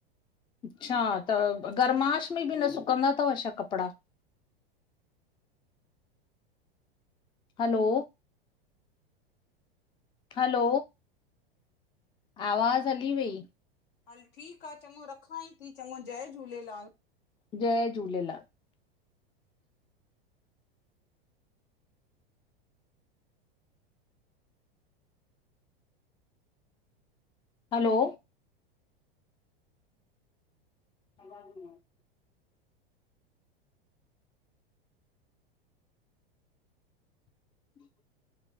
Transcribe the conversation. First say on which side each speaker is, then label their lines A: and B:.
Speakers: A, on the left; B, on the left.
A: अच्छा त गरमाश में बि न सुकंदा थव छा कपड़ा? हलो। हलो आवाज़ हली वई।
B: हल ठीक आ, चङो रखांए थी चङो, जय झूलेलाल।
A: जय झूलेलाल। हलो। <unintelligible> जी। <inaudible>